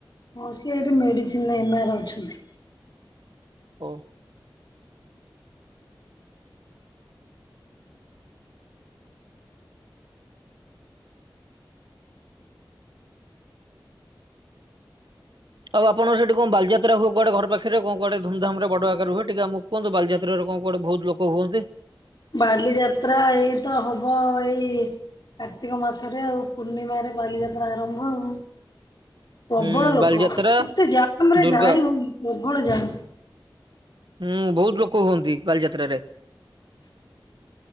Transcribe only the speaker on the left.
ମାଉସି ଏଇଠି ମେଡ଼ିସିନ୍ ରେ ଏମ ଆର୍ ଅଛନ୍ତି।
ବାଡଲି ଯାତ୍ରା ଏଇ ତ ହବ ଏଇ କାର୍ତ୍ତିକ ମାସରେ ଆଉ ପୂର୍ଣ୍ଣିମାରେ ବାଲିଯାତ୍ରା ଆରମ୍ଭ ଆଉ। ପ୍ରବଳ
ଲୋକ
ଏତେ ଜାମ ରେ
ଯାାଇ ହୁଉନି ପ୍ରବଳ ଜାମ।